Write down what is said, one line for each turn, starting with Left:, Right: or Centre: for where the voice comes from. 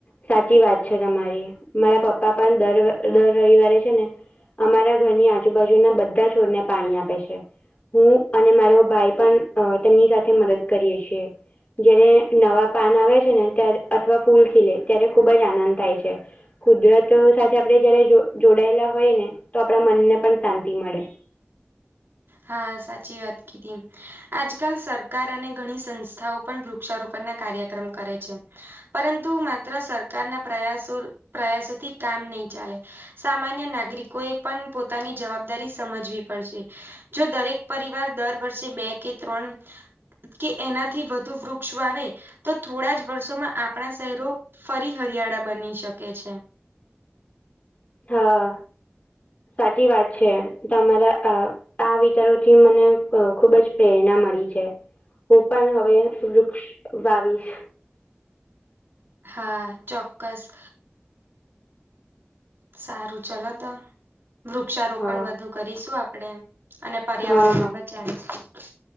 Left: સાચી વાત છે, તમારી. મારા પપ્પા પણ દર વર દર રવિવારે છે ને અમારા ઘરની આજુબાજુના બધા છોડને પાણી આપે છે. હું અને મારો ભાઈ પણ અ તેમની સાથે મદદ કરીએ છીએ. જ્યારે નવા પાન આવે છે ને ત્યાર અથવા ફૂલ ખીલે, ત્યારે ખુબ જ આનંદ થાય છે. કુદરતો સાથે આપડે જયારે જો જોડાયેલા હોયે ને, તો આપડા મનને પણ શાંતિ મળે.
Right: હા, સાચી વાત કીધી. આજકાલ સરકાર અને ઘણી સંસ્થાઓ પણ વૃક્ષારોપણ ના કાર્યક્રમ કરે છે. પરંતુ માત્ર સરકારના પ્રયાસો પ્રયાસોથી કામ નઈ ચાલે. સામાન્ય નાગરિકો એ પણ પોતાની જવાબદારી સમજવી પડશે. જો દરેક પરિવાર દર વર્ષે બે કે ત્રણ કે એનાથી વધુ વૃક્ષ વાવે, તો થોડા જ વર્ષોમાં આપણા સહેરો ફરી હરિયાળા બની શકે છે.
Left: હા, સાચી વાત છે, તમારા આ આ વિચારોથી મને અ ખુબ જ પ્રેરણા મળી છે. હું પણ હવે વૃક્ષ વાવીસ.
Right: હા, ચોક્કસ. સારુ, ચલો ત. વૃક્ષારોપણ
Left: હા
Right: વધુ કરીસું આપડે. અને પર્યાવરણ
Left: હા હા
Right: ને બચાવીસુ.